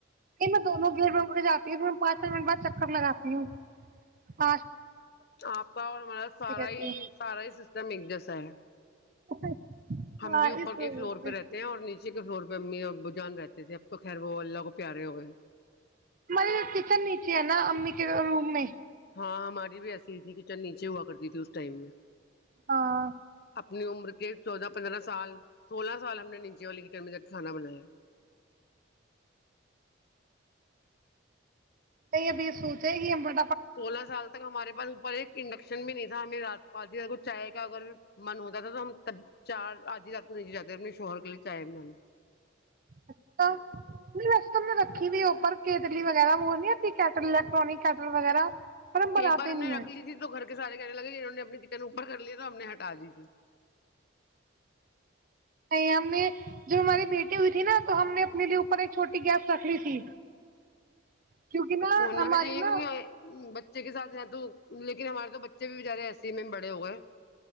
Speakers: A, on the right; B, on the left.
A: نہیں میں دونوں گیٹ میں اٹھے جاتی ہوں پھر پانچ چ منٹ بعد چکر لگاتی ہوں پ
B: آپ کا اور ہمارا سارا
A: رہتی
B: ہی سارا ہی سسٹم ایک جیسا ہے
A: <inaudible>
B: ہم
A: ہاں
B: بھی اوپر
A: اس
B: کے
A: وجہ
B: فلور
A: سے
B: پہ رہتے ہیں اور نیچے کے فلور پہ ہم جان رہتے تھے اب تو خیر وہ اللہ کو پیارے ہو گئے
A: ہماری کچن نیچے ہے نا امی کے روم میں
B: ہاں ہماری بھی ایسی ہی تھی کہچل نیچے ہوا کرتی تھی اس ٹائم میں ا
A: ہاں
B: اپنی عمر کے چودہ پندرہ سال سولہ سال ہم نے نیچے والی کی چرمی تک کھانا بنایا
A: نہیں ابھی سوچے گ کہ ہم ب
B: سولہ سال تک ہمارے پاس اوپر ایک انڈکشن بھی نہیں تھا ہمیں رات آدھی رات کو چائے کا اگر من ہوتا تھا تو ہم تب چار آدھی رات کو نیچے جاتے اپنے شوہر کے لیے چائے بنانا
A: اچھا نہیں وس تو میں رکھی بھی اوپر کیتلی وغیرہ وہ اھی کیٹلیکٹرانک کیٹل وغیرہ پر بناتے
B: ایک بار ہم
A: نہیں
B: نے رکھ
A: ہیں
B: لی تھی تو گھر کے سارے کہنے لگے انہ نے اپنی اوپر کر لیا تو ہم نے ہٹا دی تھی
A: نہیں ہم نے جوب ہماری بیٹی ہوئی تھی نا تو ہم نے اپنے لیے اوپر ایک چھوٹی گیپ رکھ لی تھی کیونکہ نا
B: ہونا
A: ہماری
B: بھی جیے کیونکہ
A: نا
B: بچے کے ساتھ تو لیکن ہمارے تو بچے بھی بچارے ایسے ہی میں بڑے ہو گئے